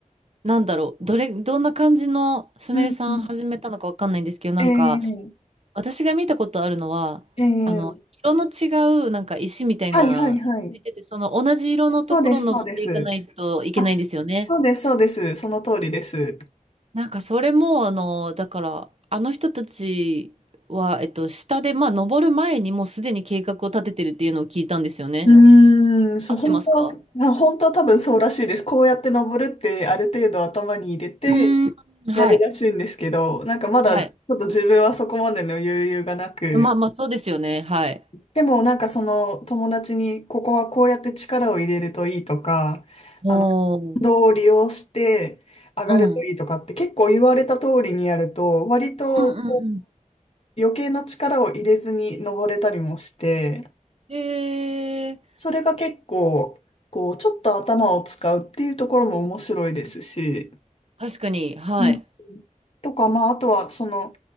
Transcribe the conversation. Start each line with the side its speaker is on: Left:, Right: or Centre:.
Right: なんだろう、どれ、どんな感じのすみれさん始めたのかわかんないんですけど、
Left: うんうん。
Right: なんか、
Left: ええ
Right: 私が見たことあるのは、
Left: ええ
Right: あの、色の違う、なんか石みたいな、
Left: はいはいはい。
Right: ついてて、その同じ色のところを登っていかないといけないんですよね。
Left: そうです、そうです。あ、そうです、そうです。その通りです。
Right: なんか、それも、あの、だから、あの人たちは、えっと、下で、まあ、登る前にもうすでに計画を立ててるっていうのを聞いたんですよね。
Left: うーん、そう本当は、
Right: 合ってますか
Left: あ本当は多分そうらしいです。こうやって登るってある程度頭に入れて
Right: うーん、
Left: やるらしいんですけど、
Right: はい、
Left: なんかまだちょっと自分はそこまでの余裕がなく、
Right: はい。まあまあ、そうですよね。はい。
Left: でもなんかその友達にここはこうやって力を入れるといいとか、
Right: おー、
Left: あの、運動を利用して上がるといいとかって結構言われた通りにやると、
Right: うん。うん
Left: 割と
Right: うんうん。
Left: 余計な力を入れずに登れたりもして、
Right: へえー、
Left: それが結構、こう、ちょっと頭を使うっていうところも面白いですし、
Right: 確かに、はい。
Left: うんとか、まあ、あとは、その、